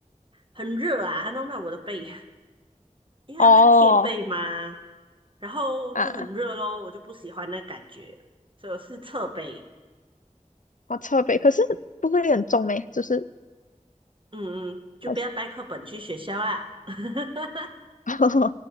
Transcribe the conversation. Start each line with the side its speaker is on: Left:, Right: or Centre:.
Right: 很热啊，它弄到我的背，<laughs> 因为它会贴背嘛，
Left: 哦，
Right: 然后就很热咯，
Left: 啊，
Right: 我就不喜欢那感觉，所以我是侧背，
Left: 好特别，可是不会很重呢，就是
Right: 嗯嗯，就不要带课本去学校啦。
Left: 好，
Right: <laughs>
Left: <laughs>